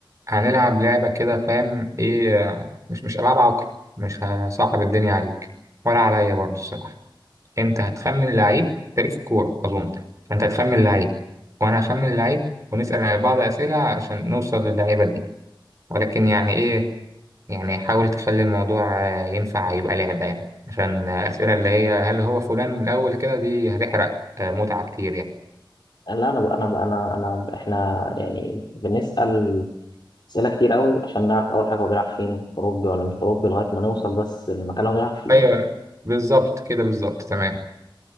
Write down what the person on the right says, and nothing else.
هنلعب لعبة كده فاهم إيه مش مش ألعاب عقل مش هصعب الدنيا عليك ولا عليا برضه الصراحة أنت هتخمن لعيب تاريخ الكورة أظن فأنت هتخمن لعيب وأنا هخمن لعيب ونسأل بعض أسئلة عشان نوصل للعيبة دي ولكن يعني إيه يعني حاول تخلي الموضوع آه، ينفع يبقى لعبة يعني عشان آه، أسئلة اللي هي هل هو فلان من الأول كده دي هتحرق آه، متعة كتير يعني
أيوه بالظبط كده بالظبط تمام